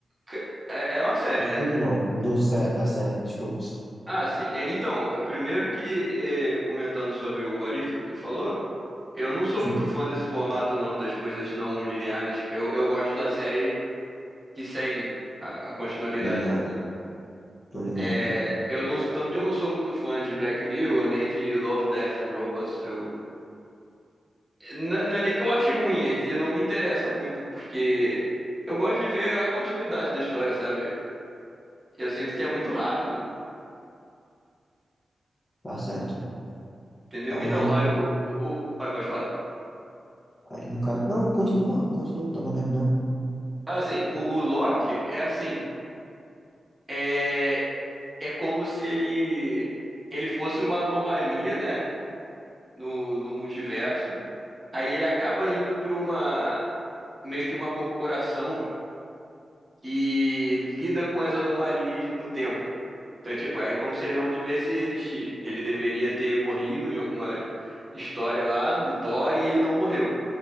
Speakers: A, on the right; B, on the left.
A: c- é, é uma série,
B: Do
A: né?
B: filme não, do sé, da série, desculpa.
A: Ah, sim. É, então, primeiro que, é, comentando sobre o What If que tu falou, eu não sou
B: Sim,
A: muito fã desse formato, não, das coisas não lineares. Eu, eu gosto da série que segue a, a continualidade,
B: tô ligado,
A: entendeu?
B: tô ligado.
A: Hum. É, eu não, tanto que eu não sou muito fã de Black Mirror, nem de Love, Death and Robots. Eu, não, não é nem que eu ache ruim, é que não me interessa muito, porque eu gosto de ver a continuidade da história, sabe? Eu sinto que é muito rápido,
B: Tá certo.
A: entendeu?
B: Aí,
A: Então, aí o, o, o- aí pode falar.
B: aí no caso. Não, continua, continua, tava terminando.
A: Assim, o, o Loki é assim, é, é como se ele, ele fosse uma anomalia, né? No, no multiverso. Aí ele acaba indo para uma meio que uma corporação que lida com as anomalias no tempo. Então, tipo, é como se ele não devesse existir. Ele deveria ter morrido em alguma história lá do Thor e ele não morreu.